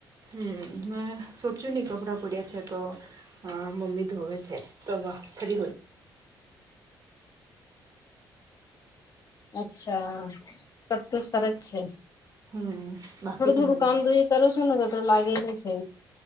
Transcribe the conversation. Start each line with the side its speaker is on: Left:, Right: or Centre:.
Right: હમ મેં સોચ્યું ની કપડાં પડ્યા છે તો અ મમ્મી ધોવે છે. તવા ફરી હોય.
Left: અચ્છા તબ તો સરસ છે
Right: હમ બાકી
Left: થોડું
Right: ધૂમણા
Left: થોડું કામ દોઈ. કરું છું ને તો તો લાગેલું છે.